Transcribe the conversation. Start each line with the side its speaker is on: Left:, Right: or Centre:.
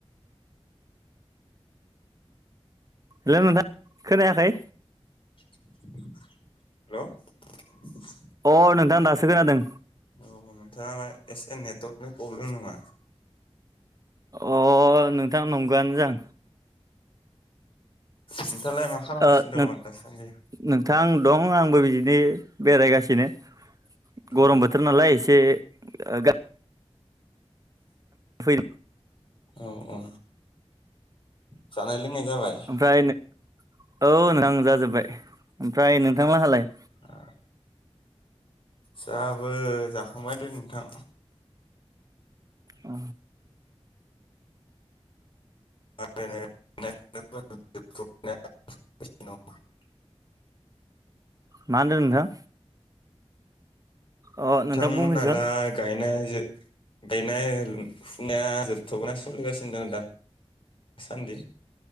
Right: हेलौ नोंथां खोनायाखै।
Left: हेलौ।
Right: अ नोंथां दासो खोनादों।
Left: औ नोंथाङा एसे नेटवर्कनि प्रब्लेम नामा?
Right: अ नोंथां नंगौ आनो जां।
Left: नोंथालाय मा खालामगासिनो
Right: ओ
Left: दङ दासान्दि।
Right: नोंथां दं आंबो बिदिनो बेरायगासिनो। गरम
Left: औ
Right: बोथोर नालाय एसे गा फै
Left: ओ औ जानाय लोंनाय जाबाय।
Right: ओमफ्राय नों औ नोंथां जाजोब्बाय ओमफ्राय नोंथांला हालाय?
Left: आ जाहाबो जाखांबाय दे नोंथां।
Right: अ
Left: <unintelligible>
Right: मा होनदों नोंथां? अ
Left: नों
Right: नोंथां
Left: थांमोन
Right: बुंफिनसन
Left: हालाय गायनाय जे गायनाय फुनाया जोबथ'बाय सोलिगासिनो दड दा? सानदि